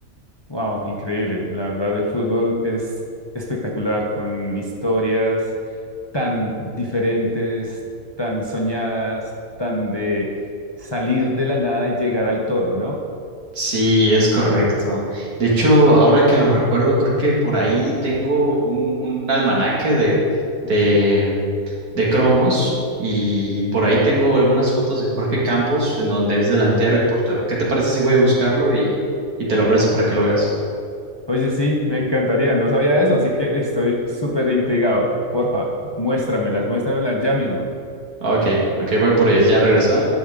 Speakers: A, on the left (about 25°); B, on the right (about 85°).
A: Wow, increíble. La verdad, el fútbol es espectacular con historias tan diferentes, tan soñadas, tan de salir de la nada y llegar al todo, ¿no?
B: Sí, es correcto. De hecho, ahora que lo recuerdo, creo que por ahí tengo un, un almanaque de, de, de cromos y por ahí tengo algunas fotos de Jorge Campos en donde es delantero y portero. ¿Qué te parece si voy a buscarlo y, y te lo presto para que lo veas?
A: Oye, sí, me encantaría, no sabía eso, así que estoy súper intrigado. Porfa, muéstramelas, muéstramelas ya mismo.
B: Ok, ok, voy por ellas, ya regreso, ¿eh?